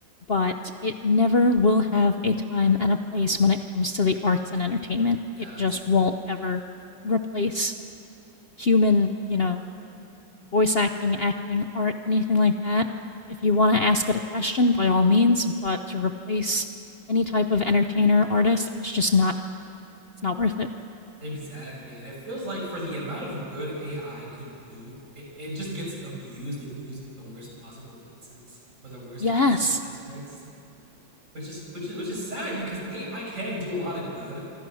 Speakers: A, on the left; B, on the right.
A: but it never will have a time and a place when it comes to the arts and entertainment.
B: yes,
A: It just won't ever replace human, you know, voice acting, acting, art, anything like that. If you want to ask it a question, by all means, but to replace any type of entertainer, artist, it's just not, it's not worth it.
B: exactly. And it feels like for the amount of good AI could do, it, it just gets abused and used in the worst possible places or the worst
A: Yes,
B: possible aspects. which is which is which is sad because AI can do a lot of good,